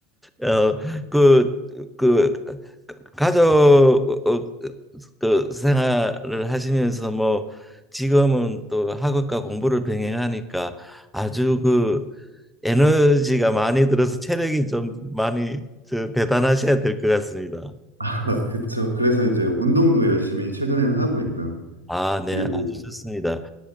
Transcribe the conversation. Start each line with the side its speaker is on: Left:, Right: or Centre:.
Centre: 어, 그, 그 가족 어, 어, 그 생활을 하시면서 뭐 지금은 또 학업과 공부를 병행하니까 아주 그 에너지가 많이 들어서 체력이 좀 많이 저, 대단하셔야 될 것 같습니다.
Right: 아, 그쵸. 그래서 이제 운동도 열심히 최근에는 하고 있고요.
Centre: 아, 네,
Right: 그리고
Centre: 아주 좋습니다.